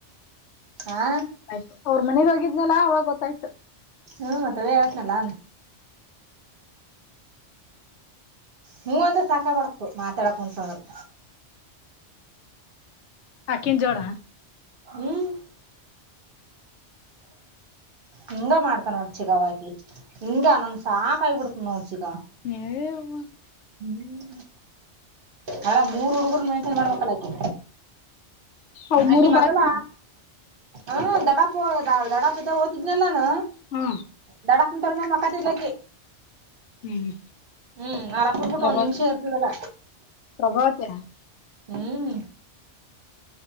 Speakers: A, on the right; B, on the left.
A: ಆ
B: ಆಯ್ತು ಅವ್ರ ಮನೆಗ್ ಹೋಗಿದ್ನಲ್ಲ ಆವಾಗ ಗೋತ್ತಾಯ್ತು
A: ಹ್ಮ್ ಮತ್ತದೇ ಹಳ್ತನಲ್ಲ ಹೂ ಒಂದ ಸಾಕ ಬಡಕು ಮಾತಾಡಕುಂತಂದ್ರರು
B: ಅಕ್ಕಿನ ಜೋಡ
A: ಹ್ಮ್ ಹಿಂಗ ಮಾಡ್ತ ನೋಡ್ ಚಿಗಾವ ಇಂಗ ನಂದು ಸಾಕೈಬಿಡತ ನೋಚಿಕ
B: <inaudible> <unintelligible>
A: ಹ್ಮ್ ಯರ ಮೂರು ಹುಡುಗರ ಮ ಮಾಡ್ಬೇಕಲ್ಲ ಆಕಿ
B: ಅವ್ ಮೂರು
A: ಆಕಿ ಮೊದಲ
B: ಬಾಳ
A: ಹ ದಡಪ ಹೋಗದ ದಡಪ ಇದ್ದ ಓ್ತದ್ನಲ್ಲಾನು
B: ಹಾ
A: ದೊಡಕೊಂಡ ತಡೆ ಮಾತಿಲ್ಲ
B: ಹ್ಮ್
A: ಹ್ಮ್ ಅರಪ್ಪ ಬಿಟ್ಟು
B: ಪ್ರಭಾ
A: ಒಂದ ನಿಮಿಷೇರ್ತದಲ್ಲ
B: ಪ್ರಭಾವತಿ ಆ
A: ಹ್ಮ್